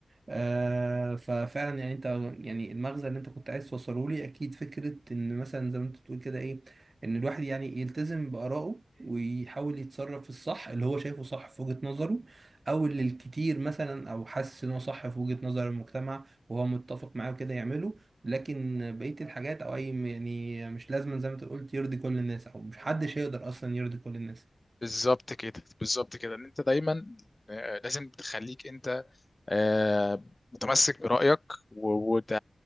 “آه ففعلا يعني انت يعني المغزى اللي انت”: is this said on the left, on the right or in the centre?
Right